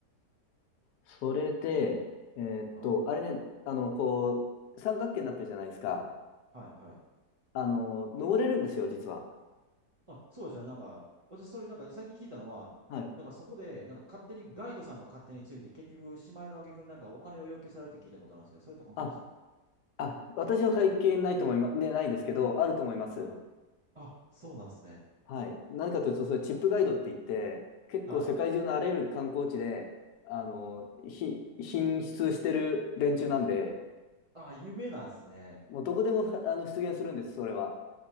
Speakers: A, on the left; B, on the right.
A: それで、えーっと、
B: はい。
A: あれね、あの、こう、三角形になってるじゃないですか。
B: はい。はい。
A: あの、登れるんですよ、実は。
B: あ、そうですよね。なんか、私、それなんか最近聞いたのは、
A: はい。
B: なんかそこで、なんか勝手にガイドさんが勝手について、結局、しまいの挙句になんかお金を要求されるって聞いたことあるんですけど、それって本当ですか
A: あ、あ、私は関係ないと思います、ね、ないですけど、あると思います。
B: はい。あ、そうなんですね。
A: はい。何かというと、それチップガイドって言って、結構世界中のあらゆる観光地で、
B: はい。
A: あの、ひ、品質してる連中なんで、
B: あ、有名なんですね。
A: もうどこでも、あの、出現するんです、それは。